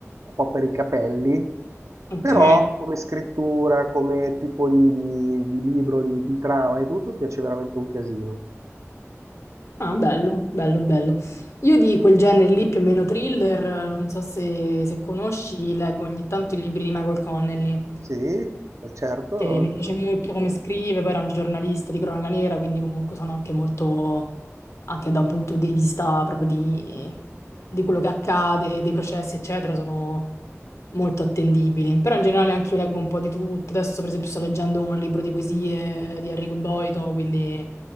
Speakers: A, on the right (about 75°); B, on the left (about 70°).
A: un po' per i capelli,
B: ok.
A: però come scrittura, come tipo di, di- di libro, di, di trama e tutto, piace veramente un casino.
B: Ah, bello, bello, bello. Io di quel genere lì, più o meno thriller, non so se, se conosci, leggo ogni tanto i libri di Michael Connelly.
A: Sì, eh, certo,
B: che mi piace molto come scrive, poi era un giornalista di cronaca nera, quindi comunque sono anche molto, anche da un punto di vista proprio di, di quello che accade, dei processi, eccetera, sono molto attendibili. Però in generale anche io leggo un po' di tutto. Adesso, per esempio, sto leggendo un libro di poesie di Enrico Boito, quindi